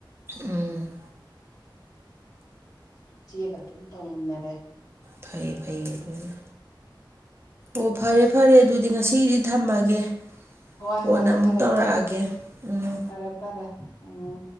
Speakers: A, on the right (about 30°); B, on the left (about 50°).
A: ꯎꯝ
B: ꯆꯦꯒ ꯑꯗꯨꯝ ꯇꯧꯃꯤꯨꯟꯅꯔꯦ
A: ꯐꯩ ꯐꯩ ꯑꯗꯨꯅ ꯑꯣ ꯐꯔꯦ ꯐꯔꯦ ꯑꯗꯨꯗꯤ ꯉꯁꯤꯒꯤꯗꯤ ꯊꯝꯃꯒꯦ
B: ꯍꯣꯏ
A: ꯀꯣꯟꯅ
B: ꯍꯣꯏ
A: ꯑꯃꯨꯛ
B: ꯐꯔꯦ
A: ꯇꯧꯔꯛꯑꯒꯦ
B: ꯐꯔꯦ
A: ꯎꯝ
B: ꯐꯔꯦ ꯐꯔꯦ ꯎꯝ